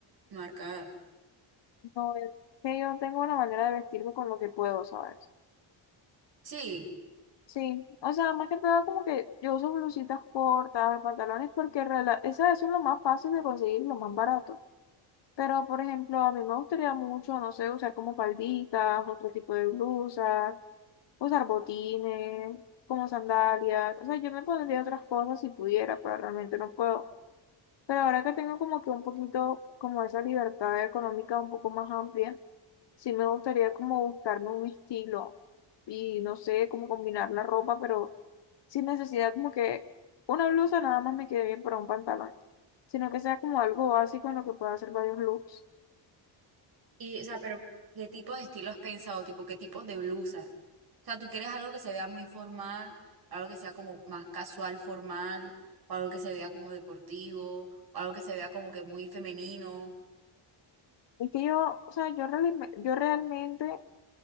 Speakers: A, on the right; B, on the left.
A: marcada.
B: No, es que yo tengo una manera de vestirme con lo que puedo, ¿sabes?
A: Sí,
B: Sí, o sea, más que nada como que yo uso blusitas cortas, pantalones, porque rela- esa- eso es lo más fácil de conseguir, lo más barato. Pero, por ejemplo, a mí me gustaría mucho, no sé, usar como falditas, otro tipo de blusas, usar botines, como sandalias. O sea, yo me pondría otras cosas si pudiera, pero realmente no puedo. Pero ahora que tengo como que un poquito, como esa libertad económica un poco más amplia, sí me gustaría como buscarme un estilo y no sé, cómo combinar la ropa, pero sin necesidad como que una blusa nada más me quede bien para un pantalón, sino que sea como algo básico en lo que pueda hacer varios looks.
A: y, o sea, pero ¿qué tipo de estilo has pensado? Tipo, ¿qué tipo de blusas? O sea, ¿tú quieres algo que se vea muy formal, algo que sea como más casual, formal, o algo que se vea como deportivo, o algo que se vea como que muy femenino?
B: Es que yo, o sea, yo, realme- yo realmente